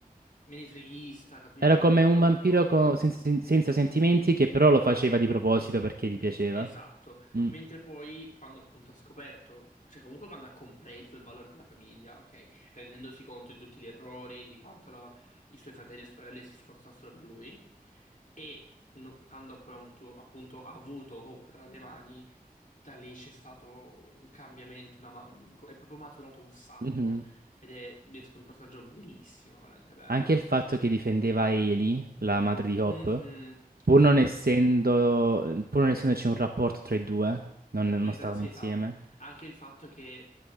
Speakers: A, on the left; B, on the right.
A: menefreghista, capi?
B: Era come
A: Molto
B: un vampiro co- sen- sen- senza sentimenti che però lo faceva di proposito perché gli piaceva.
A: esatto.
B: Mm.
A: Mentre poi quando appunto ha scoperto, cioè comunque quando ha compreso il valore della famiglia, ok, rendendosi conto di tutti gli errori, di quanto la- i suoi fratelli e sorelle si sforzassero per lui, e no- quando poi ha un tuo- appunto ha avuto Hope tra le mani da lì c'è stato un cambiamento, una ma- un- è proprio maturato un sacco
B: Mhm.
A: ed è diventato un personaggio bellissimo, veramente bello.
B: Anche il fatto che difendeva Eli, la madre di Hop,
A: Mhm,
B: pur
A: esatto.
B: non essendo, pur non essendoci un rapporto tra i due, non non
A: Mentre,
B: stavano
A: sì,
B: insieme.
A: esatto. Anche il fatto che,